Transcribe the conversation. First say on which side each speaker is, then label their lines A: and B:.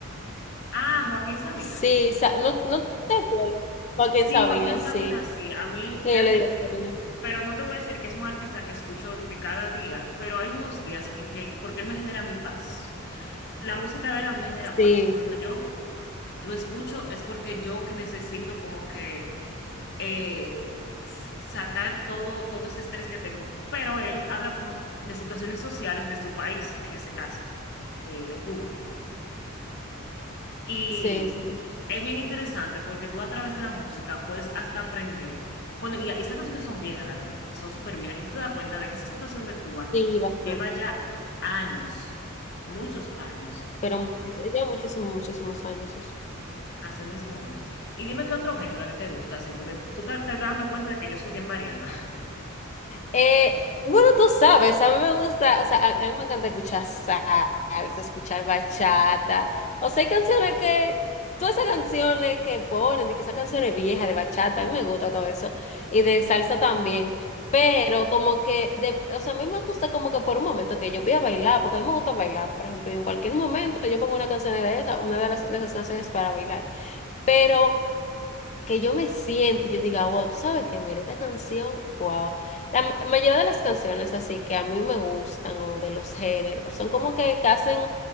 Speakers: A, on the left; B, on the left.
A: Ah, Joaquín Sabina.
B: Sí, Sa- no, no te juegues. Joaquín
A: Sí,
B: Sabina,
A: Joaquín Sabina,
B: sí.
A: sí, a mí él-
B: Y
A: realmente.
B: yo le digo Sabina.
A: Pero no te voy a decir que es un artista que escucho de que cada día, pero hay unos días en que, porque él me genera mi paz. La música de él a mí me genera
B: Sí,
A: paz. Cuando yo lo escucho es porque yo que necesito como que eh, sacar todo, todo ese estrés que tengo. Pero él habla como de situaciones sociales de su país, en ese caso, eh, de Cuba. Y
B: sí, sí.
A: es bien interesante porque tú a través de la música puedes hasta aprender. Bueno, y esas canciones son viejas, la de él, son súper viejas. Y tú te das cuenta de que esa situación de Cuba
B: Sí, bastante.
A: lleva ya años, muchos años.
B: Pero muchísimo, ya muchísimos, muchísimos años eso.
A: Así mismo es. Y dime qué otro género a ti te gusta, así, porque tú te, te estás dando cuenta de que yo soy bien variada. <laughs>
B: Eh, bueno, tú sabes, a mí me gusta, o sea, a, a mí me encanta escuchar salsa, escuchar bachata. O sea, hay canciones que, todas esas canciones que ponen, de que esas canciones viejas de bachata, a mí me gusta todo eso. Y de salsa también. Pero como que, de, o sea, a mí me gusta como que por un momento que yo voy a bailar, porque a mí me gusta bailar, por ejemplo, y en cualquier momento yo pongo una canción de esa, una de las, de esas canciones para bailar. Pero que yo me siente y yo diga, wow, tú sabes que mira esta canción, wow. La ma- mayoría de las canciones así que a mí me gustan o de los géneros son como que, que hacen